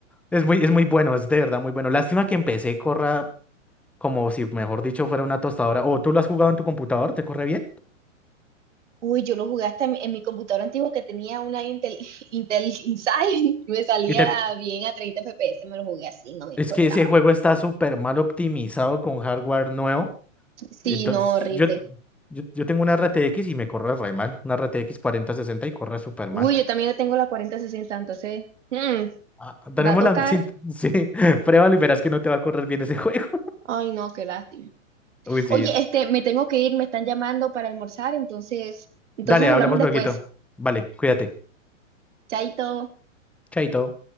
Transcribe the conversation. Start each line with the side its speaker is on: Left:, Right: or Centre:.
Centre: Es muy, es muy bueno, es de verdad muy bueno. Lástima que empecé corra como si, mejor dicho, fuera una tostadora. O tú lo has jugado en tu computador, ¿te corre bien?
Right: Uy, yo lo jugué hasta en, en mi computadora antigua que tenía una Intel, <laughs> Intel Inside me salía
Centre: Y te-
Right: bien a 30 FPS, me lo jugué así, no me importaba.
Centre: Es que ese juego está súper mal optimizado con hardware nuevo.
Right: Sí,
Centre: Entonces,
Right: no, horrible.
Centre: yo, yo, yo tengo una RTX y me corre re mal. Una RTX sesenta y corre súper mal.
Right: Uy, yo también tengo la cuarenta sesenta, entonces mm,
Centre: Ah, tenemos
Right: va a tocar.
Centre: la... Sí, sí, <laughs> pruébalo y verás que no te va a correr bien ese juego.
Right: Ay, no, qué lástima.
Centre: <laughs> Uy, sí.
Right: Oye,
Centre: es-
Right: este, me tengo que ir, me están llamando para almorzar, entonces, entonces
Centre: Dale,
Right: hablamos
Centre: hablamos
Right: después.
Centre: lueguito. Vale, cuídate.
Right: Chaito.
Centre: Chaito.